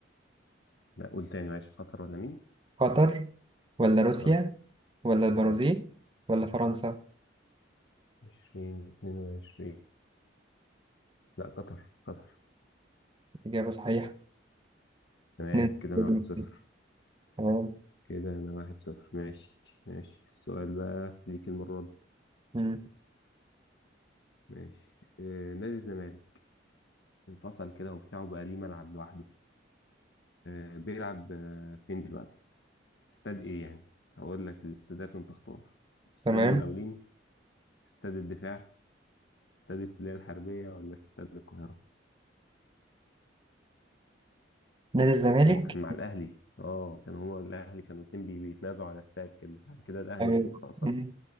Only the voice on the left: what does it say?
لا قول تاني معلش قطر ولا مين؟
آه
آه
عشرين اتنين وعشرين لا قطر قطر
تمام
كده انا
واحد صفر
كده انا واحد صفر ماشي ماشي السؤال بقى ليك المرة دي
ماشي آه نادي الزمالك انفصل كده وبتاعه بقى ليه ملعب لوحده آه بيلعب آه فين دلوقتي استاد ايه يعني هقول لك الاستادات وانت اختار استاد
المقاولين استاد الدفاع استاد الكلية الحربية ولا استاد القاهرة
هما كان مع الاهلي اه كان هما الاهلي كانوا الاتنين بي- بيتنازعوا على استاد كده بعد كده الاهلي
انفصل